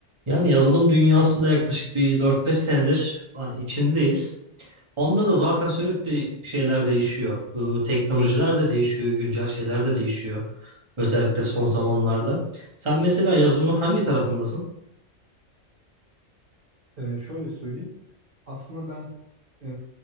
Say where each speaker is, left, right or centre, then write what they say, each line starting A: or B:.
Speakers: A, on the right; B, on the right.
A: Yani yazılım dünyasında yaklaşık bir dört beş senedir hani içindeyiz. Onda da zaten sürekli şeyler değişiyor. Ee, teknolojiler de değişiyor, güncel şeyler de değişiyor. Özellikle son zamanlarda. Sen mesela yazılımın hangi tarafındasın?
B: Ee, şöyle söyleyeyim. Aslında ben e,